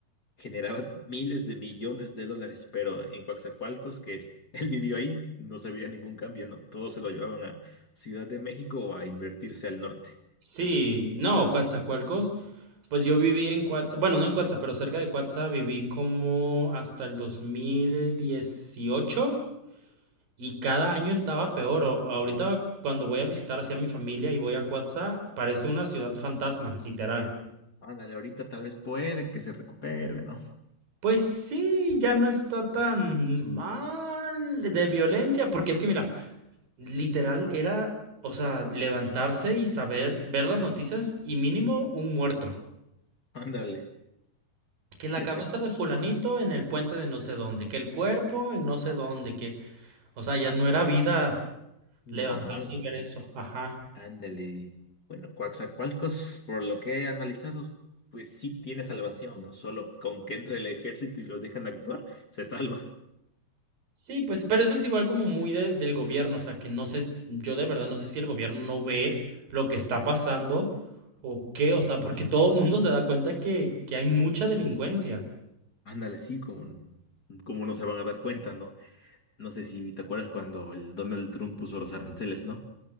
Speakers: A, on the left (about 30°); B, on the right (about 70°).
A: generaban <laughs> miles de millones de dólares, pero en Coatzacoalcos, que él, <laughs> él vivió ahí, no se veía ningún cambio, ¿no? Todos se lo llevaban a Ciudad de México o a invertirse al norte.
B: Sí, no, Coatzacoalcos, pues yo viví en Coatzacoalcos, bueno, no en Coatzacoalcos, pero cerca de Coatzacoalcos viví como hasta el 2018. Y cada año estaba peor. O- Ahorita cuando voy a visitar hacia mi familia y voy a Cuatza, parece una ciudad fantasma, literal.
A: Án- ándale, ahorita tal vez puede que se recupere, ¿no?
B: Pues sí, ya no está tan mal de violencia, porque es que mira, literal era, o sea, levantarse y saber, ver las noticias y mínimo un muerto.
A: Ándale,
B: Que
A: sí
B: la cabeza
A: está
B: de fulanito en el puente de no sé dónde, que el cuerpo en no sé dónde, que, o sea, ya no era vida
A: normal,
B: levantarse
A: ¿no?
B: y ver eso. Ajá.
A: Ándale. Bueno, Coaxacualcos, por lo que he analizado, pues sí tiene salvación, ¿no? Solo con que entre el ejército y los dejan actuar, se salva.
B: Sí, pues, pero eso es igual como muy de- del gobierno, o sea, que no sé, s- yo de verdad no sé si el gobierno no ve lo que está pasando o qué, o sea, porque todo el mundo se da cuenta que, que hay mucha delincuencia.
A: Ándale, sí, como, como no se van a dar cuenta, ¿no? No sé si te acuerdas cuando el Donald Trump puso los aranceles, ¿no?